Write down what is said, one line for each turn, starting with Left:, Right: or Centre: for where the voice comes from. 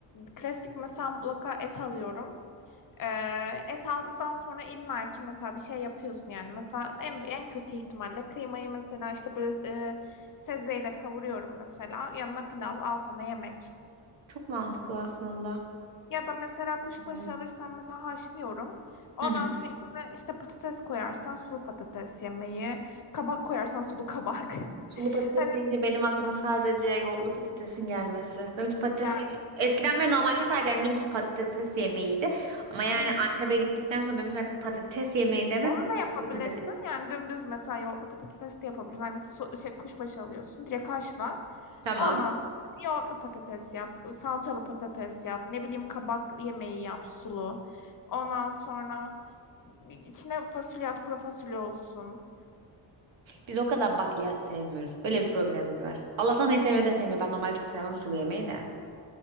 Left: klasik mesela mutlaka et alıyorum. Ee, et aldıktan sonra illa ki mesela bir şey yapıyorsun yani mesela en, en kötü ihtimalle kıymayı mesela işte böyle e, sebzeyle kavuruyorum mesela yanına pilav al sana yemek.
Right: Çok mantıklı aslında.
Left: Ya da mesela kuşbaşı
Right: Ya.
Left: alırsan mesela haşlıyorum. Ondan
Right: Hı hı.
Left: sonra içine işte patates koyarsan sulu patates yemeği, kabak koyarsan sulu kabak.
Right: Sulu
Left: <laughs>
Right: patates
Left: Hani
Right: deyince benim aklıma sadece yoğurtlu patatesin gelmesi. Benim için patates
Left: ya
Right: eskiden beri normalde sadece hani dümdüz patates yemeğiydi. Ama yani
Left: hı hı.
Right: Antep'e gittikten sonra benim için artık patates yemeği demek
Left: Onu
Right: yoğurtlu
Left: da yapabilirsin.
Right: patates.
Left: Yani dümdüz mesela yoğurtlu patates de yapabilirsin. Hani su- şey, kuşbaşı alıyorsun. Direkt haşla.
Right: Tamam.
Left: Ondan sonra yoğurtlu patates yap. Salçalı patates yap. Ne bileyim kabak yemeği yap sulu. Ondan sonra içine fasulye at. Kuru fasulye olsun.
Right: Biz o kadar bakliyat sevmiyoruz. Öyle bir problemimiz var. Allah'tan en sevmediği de sevmiyor. Ben normalde çok sevmem sulu yemeği de.